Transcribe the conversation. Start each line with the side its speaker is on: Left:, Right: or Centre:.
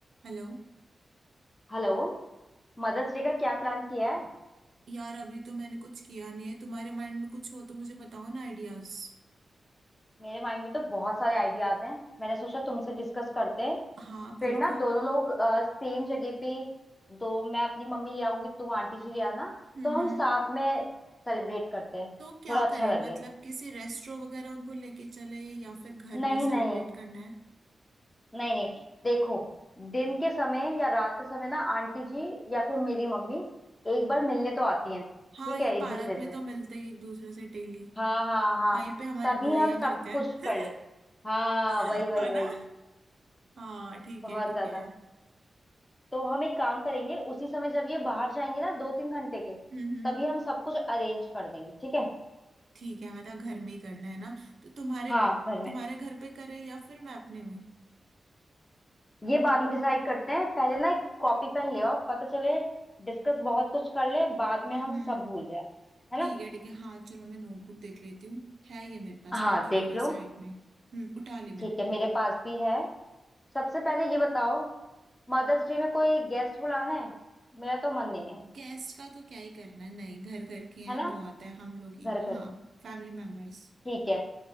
Right: Hello
Left: Hello Mother's day का क्या plan किया है
Right: यार अभी तो मैंने कुछ किया नहीं है तुम्हारे माइंड में कुछ हो तो मुझे बताओ ना आइडियाज
Left: मेरे माइंड में तो बहुत सारे आइडियाज हैं मैंने सोचा तुमसे डिस्कस करते हैं
Right: हाँ बिल्कुल
Left: फिर ना दोनों लोग सेम जगह पे दो मैं अपनी मम्मी ले आऊंगी तुम आंटी जी ले आना
Right: हम्म
Left: तो हम
Right: हम्म।
Left: साथ में सेलिब्रेट करते हैं
Right: तो क्या
Left: थोड़ा अच्छा
Right: करें
Left: लगे
Right: मतलब किसी रेस्टोरेंट वगैरह उनको लेके चले या फिर घर
Left: नहीं
Right: में ही
Left: नहीं
Right: सेलिब्रेट करना है
Left: नहीं नहीं देखो दिन के समय या रात के समय ना आंटी जी या फिर मेरी मम्मी एक बार मिलने तो आती हैं ठीक
Right: हाँ ये
Left: है एक
Right: पार्क
Left: दूसरे
Right: में
Left: से
Right: तो मिलते ही एक दूसरे से डेली
Left: हाँ हाँ हाँ
Right: वहीं पे हमारी
Left: तभी
Right: बुराइयां
Left: हम सब
Right: करते
Left: कुछ
Right: हैं
Left: कर ले हाँ वही
Right: <laughs>
Left: वही
Right: है
Left: वही
Right: ना हाँ ठीक
Left: बहुत
Right: है ठीक
Left: ज्यादा
Right: है
Left: तो हम एक काम करेंगे उसी समय जब ये बाहर जाएंगे ना दो तीन घंटे के
Right: हम्म हम्म
Left: तभी हम सब कुछ अरेंज कर देंगे ठीक है
Right: ठीक है मतलब घर में ही करना है ना तो तुम्हारे
Left: हाँ घर में
Right: तुम्हारे घर पे करे या फिर मैं अपने में
Left: ये बाद में डिसाइड करते हैं पहले ना एक कॉपी पेन ले आओ पता चले डिस्कस बहुत कुछ कर ले बाद में
Right: हम्म
Left: हम सब
Right: हम्म।
Left: भूल जाए है
Right: ठीक
Left: ना
Right: है ठीक है हाँ चलो मैं नोटबुक देख लेती हूँ है ये मेरे पास
Left: हाँ
Right: रखी
Left: देख
Right: हुई है
Left: लो
Right: साइड में हम्म उठा ली मैंने
Left: ठीक है मेरे पास भी है सबसे पहले ये बताओ मदर्स डे में कोई गेस्ट बुलाना है मेरा तो मन नहीं है
Right: गेस्ट का तो क्या ही करना है नहीं घर घर के हैं
Left: है ना
Right: बहुत है हम लोग ही
Left: घर घर
Right: हाँ फैमिली मेंबर्स
Left: ठीक है